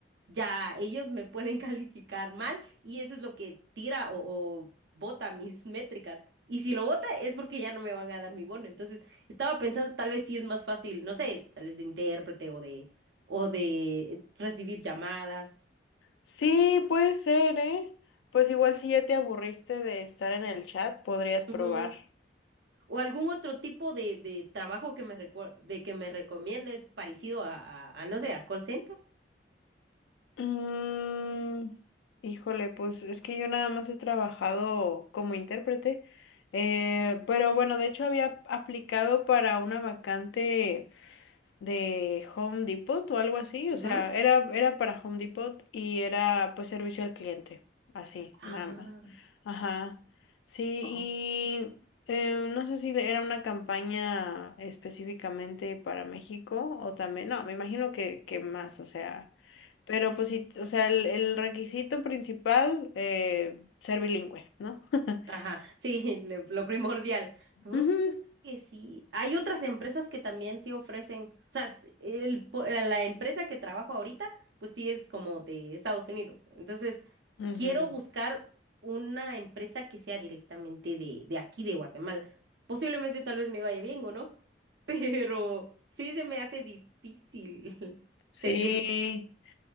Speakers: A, on the right (about 70°); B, on the left (about 80°).
A: ya ellos me pueden <laughs> calificar mal y eso es lo que tira o, o bota mis métricas. Y si lo bota es porque ya no me van a dar mi bono. Entonces, estaba pensando, tal vez sí es más fácil, no sé, tal vez de intérprete o de o de recibir llamadas
B: Sí, puede ser, ¿eh? Pues igual si ya te aburriste de estar en el chat, podrías probar.
A: Ujú. O algún otro tipo de, de trabajo que me recuer- de que me recomiendes parecido a, a- a, no sé, a call center.
B: Mm, híjole, pues es que yo nada más he trabajado como intérprete, eh, pero bueno, de hecho había aplicado para una vacante de Home Depot o algo así,
A: Ujú.
B: o sea, era, era para Home Depot y era pues servicio al cliente, así,
A: Ah,
B: nada más. Ajá, sí,
A: oh.
B: y eh, no sé si era una campaña específicamente para México o también, no, me imagino que, que más, o sea, pero pues sí, o sea, el, el requisito principal, eh, ser bilingüe, ¿no? <laughs>
A: Ajá, sí, <laughs> le- lo primordial. ¿no?
B: Ujú,
A: Entonces creo que sí. Hay otras empresas que también sí ofrecen, o sea, s- el po- la la empresa que trabajo ahorita, pues sí es como de Estados Unidos. Entonces,
B: ujú,
A: quiero buscar una empresa que sea directamente de, de aquí, de Guatemala. Posiblemente tal vez me vaya bien o no, <laughs> pero sí se me hace difícil <laughs>
B: Sí.
A: seguir.